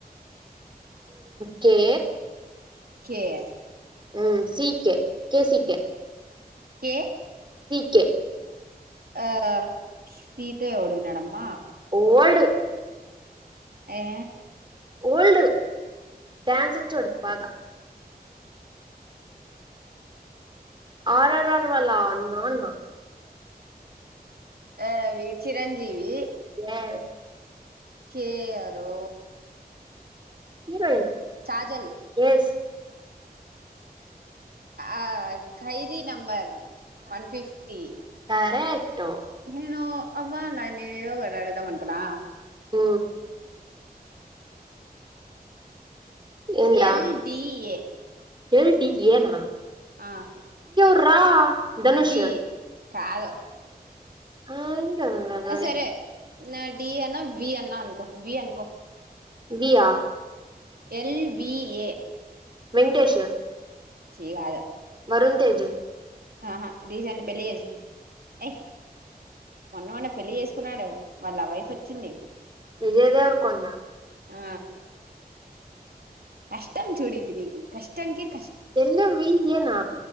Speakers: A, on the right; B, on the right.
A: కే
B: కేే
A: ఉ సీకె కేసికె
B: కె
A: కె
B: ఆ సీతో ఏవుడున్నడమ్మ
A: ఓల్డ్
B: ఏ
A: ఓల్డు డాన్స్ వచ్చు వాడికి భాగ ఆరర్ వాళ్ళ నాన్న
B: ఆవి చిరంజీవి
A: ఎస్
B: కేయారు
A: హీరోయిన్
B: చాజల్
A: ఎస్
B: ఆ Khaidi number one fifty
A: correct
B: నేను అవ్వల నేను ఏదో ఒకటీ అడుగుతానను కదా
A: ఉ ఏందిరా
B: ఎల్డిఏ
A: ఎల్ డి ఎన
B: ఆ
A: <unintelligible> ధనుష్
B: డి కాదు
A: ఆ ఇంకెవరు ఉన్నారు
B: సరే డి అన్న వి అన్నా అనుకో వి అనుకో
A: V yeah
B: L V A
A: Venkatesh
B: చీ కాదు
A: వరుణ్ తేజు
B: ఆహా రీసెంట్ పెళ్లి <unintelligible> మొన్న మొన్న పెళ్లి చేసుకున్నాడు వాళ్ళ ఆ వైఫ్ వచ్చింది
A: విజయ్ దేవర కొండ
B: ఆ కష్టాం చూడు ఇది నీకి <unintelligible>
A: ఎల్ వి ఏనా